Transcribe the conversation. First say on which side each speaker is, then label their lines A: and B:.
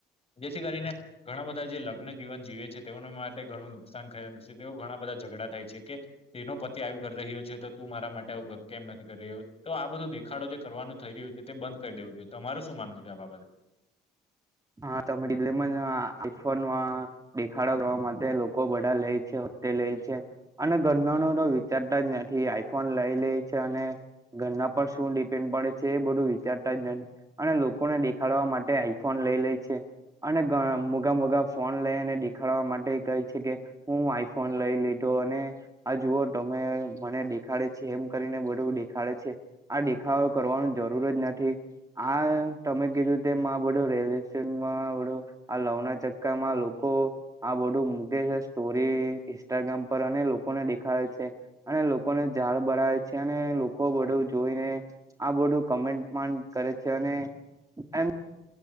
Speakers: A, on the left (about 30°); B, on the right (about 15°).
A: જેથી કરીને, ઘણા બધા જે લગ્ન જીવન જીવે છે. તેઓના માટે ઘણું નુકસાન થ છે, તેઓ ઘણા બધા ઝઘડા થાય છે કે તેનો પતિ આવી કરી રહ્યો છે તો તું મારા માટે આવું કર. કેમ નથી કરી રહ્યો તો આ બધું દેખાડો જે કરવાનું થઈ રહ્યું છે. તે બંધ કરી દેવું જોઈએ તો તમારે શું માનવું છે આ બાબતે?
B: હા, <unintelligible> આઈ ફોનમાં દેખાડો કરવા માટે લોકો બધા લે છે, તે લે છે. અને ઘરનું તો વિચારતા જ નથી આઈ ફોન લઈ લે છે અને ઘરના પર શું ડિપેન્ડ પડે છે? એ બધું વિચારતા જ અને લોકોને દેખાડવા માટે આઈફોન લઈ લે છે. અને મોઘા-મોઘા ફોન લઈને દેખાડવા માટે કઈ છે કે હું આઈ ફોન લઈ લીધો અને આ જુઓ તમે મને દેખાડે છે એમ કરીને બધું દેખાડે છે. આ દેખાવ કરવાની જરૂર જ નથી આ તમે કીધું તેમા બધું રેલવે-સ્ટેશનમાં બધું આ લવના ચક્કામાં લોકો આ બધું મૂકે છે સ્ટોરી ઇન્સ્ટાગ્રામ પર અને લોકોને દેખાડે છે. અને લોકોને ઝાળ બળાવે છે અને લોકો બધું જોઈને આ બધું કમેન્ટમાં કરે છે અને એમ